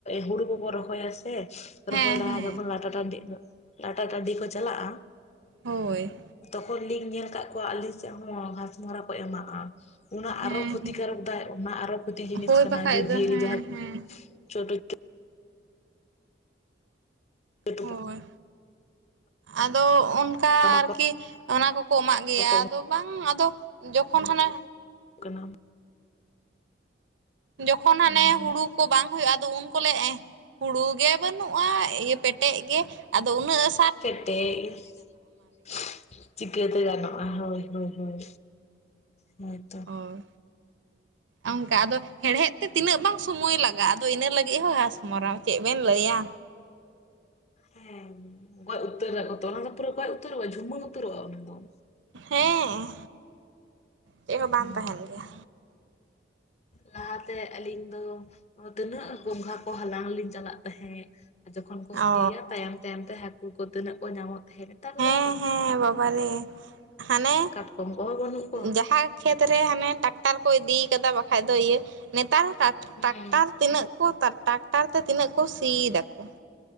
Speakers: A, on the left (about 35°); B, on the right (about 75°).
A: ᱦᱩᱲᱩ ᱠᱚᱵᱚ ᱨᱚᱦᱚᱭᱟ ᱥᱮ ᱨᱚᱦᱚᱭ
B: ᱦᱮᱸ
A: ᱞᱟᱦᱟ
B: ᱦᱮᱸ
A: ᱡᱚᱠᱷᱚᱱ ᱞᱟᱴᱟ ᱴᱟᱺᱰᱤ, ᱞᱟᱴᱟ ᱴᱟᱺᱰᱤ ᱠᱚ ᱪᱟᱞᱟᱜᱼᱟ,
B: ᱦᱳᱭ
A: ᱛᱚᱠᱷᱚᱱ ᱞᱤᱧ ᱧᱮᱞ ᱟᱠᱟᱫ ᱠᱚᱣᱟ ᱟᱹᱞᱤᱧ ᱥᱮᱫ ᱦᱚᱸ ᱜᱷᱟᱸᱥᱢᱚᱨᱟ ᱠᱚ ᱮᱢᱟᱜᱼᱟ᱾ ᱚᱱᱟ
B: ᱦᱮᱸ
A: ᱟᱨᱚ ᱠᱷᱚᱛᱤ
B: ᱦᱮᱸ
A: ᱠᱟᱨᱚᱠ ᱫᱟᱭ, ᱟᱨᱚ ᱠᱷᱚᱛᱤ ᱡᱤᱱᱤᱥ
B: ᱦᱳᱭ
A: ᱠᱟᱱᱟ
B: ᱵᱟᱠᱷᱟᱡ
A: ᱡᱮ
B: ᱫᱚ
A: ᱡᱮᱞ
B: ᱦᱮᱸ
A: ᱡᱟᱦᱟᱸᱭᱼᱼ
B: ᱦᱮᱸ
A: ᱪᱷᱳᱴ <unintelligible> <unintelligible>
B: ᱦᱳᱭ ᱟᱫᱚ ᱚᱱᱼᱼ ᱚᱱᱠᱟ
A: ᱢᱟᱠᱚᱲ
B: ᱟᱨᱠᱤ ᱚᱱᱟ ᱠᱚᱠᱚ ᱮᱢᱟᱜ ᱜᱮᱭᱟ᱾
A: ᱠᱚ
B: ᱟᱫᱚ ᱵᱟᱝ ᱟᱫᱚ ᱡᱚᱠᱷᱚᱱ ᱦᱟᱱᱮᱼᱼ
A: ᱠᱟᱱᱟᱢ
B: ᱡᱚᱠᱷᱚᱱ
A: ᱦᱩᱸ
B: ᱦᱟᱱᱮ ᱦᱩᱲᱩ ᱠᱚ ᱵᱟᱝ ᱦᱩᱭᱩᱜᱼᱟ ᱟᱫᱚ ᱩᱱ ᱠᱚᱞᱮ ᱮᱸᱼᱼ ᱦᱩᱲᱩ ᱜᱮ ᱵᱟᱹᱱᱩᱜᱼᱟ᱾ ᱤᱭᱟᱹ ᱯᱮᱴᱮᱡ ᱜᱮ, ᱟᱫᱚ ᱩᱱᱟᱹᱜᱼᱼ
A: ᱪᱮᱫ ᱛᱮ ᱤᱥ <unintelligible> ᱪᱤᱠᱟᱹᱛᱮ ᱜᱟᱱᱚᱜᱼᱟ᱾ ᱦᱳᱭ, ᱦᱳᱭ, ᱦᱳᱭ ᱦᱳᱭᱛᱚ᱾
B: ᱦᱳᱭ ᱚᱝᱠᱟ ᱟᱫᱚ, ᱦᱮᱲᱦᱮᱫ ᱛᱮ ᱛᱤᱱᱟᱹᱜ ᱵᱟᱝᱼᱼ ᱥᱚᱢᱳᱭ ᱞᱟᱜᱟᱜᱼᱟ᱾ ᱟᱫᱚ ᱤᱱᱟᱹ ᱞᱟᱹᱜᱤᱫ ᱦᱚᱸ ᱜᱷᱟᱥ ᱢᱟᱨᱟᱣ ᱪᱮᱫ ᱵᱮᱱ ᱞᱟᱹᱭᱟ᱾
A: ᱦᱮᱸ ᱜᱚᱡ ᱩᱛᱟᱹᱨᱟ ᱛᱚ, ᱚᱱᱟ ᱫᱚ ᱯᱩᱨᱟᱹ ᱜᱚᱡ ᱩᱛᱟᱹᱨᱚᱜᱼᱟ᱾ ᱡᱷᱩᱢᱟᱹ ᱩᱛᱟᱹᱨᱚᱜᱼᱟ ᱚᱱᱟ ᱫᱚ᱾
B: ᱦᱮᱸ ᱪᱮᱫ ᱦᱚᱸ
A: ᱦᱩᱸ
B: ᱵᱟᱝ ᱛᱟᱦᱮᱱ ᱜᱮᱭᱟ᱾
A: ᱞᱟᱦᱟᱛᱮ ᱟᱹᱞᱤᱧ ᱫᱚ, ᱛᱤᱱᱟᱹᱜ ᱜᱚᱝᱜᱷᱟ ᱠᱚ ᱦᱟᱞᱟᱝ ᱞᱤᱧ ᱪᱟᱞᱟᱜ ᱛᱟᱦᱮᱸᱜ᱾ ᱡᱚᱠᱷᱚᱱ ᱠᱚ
B: ᱚ
A: ᱥᱤᱭᱟ ᱛᱟᱭᱚᱢ, ᱛᱟᱭᱚᱢ ᱛᱮ ᱦᱟᱹᱠᱩ ᱠᱚ ᱛᱤᱱᱟᱹᱜ ᱠᱚ ᱧᱟᱢᱚᱜ ᱛᱟᱦᱮᱸᱜ᱾ ᱱᱮᱛᱟᱨ
B: ᱦᱮᱸ
A: ᱫᱚᱼᱼ
B: ᱦᱮᱸ ᱵᱟᱵᱟ ᱨᱮ, ᱦᱟᱱᱮ
A: ᱠᱟᱴᱠᱚᱢ ᱠᱚᱦᱚᱸ ᱵᱟᱹᱱᱩᱜ ᱠᱚᱣᱟ
B: ᱡᱟᱦᱟᱸᱭᱼᱼ ᱠᱷᱮᱛ ᱨᱮ ᱦᱟᱱᱮ ᱴᱟᱠᱴᱟᱨ ᱠᱚ ᱤᱫᱤ ᱠᱟᱫᱟ ᱵᱟᱠᱷᱟᱡ ᱫᱚ ᱤᱭᱟᱹ, ᱱᱮᱛᱟᱨ ᱴᱟᱠ
A: ᱦᱮᱸ
B: ᱴᱟᱠᱴᱟᱨ ᱛᱤᱱᱟᱹᱜᱼᱼ ᱴᱟᱠᱴᱟᱨ ᱛᱮ ᱛᱤᱱᱟᱹᱜ ᱠᱚ ᱥᱤᱭ ᱫᱟᱠᱚ᱾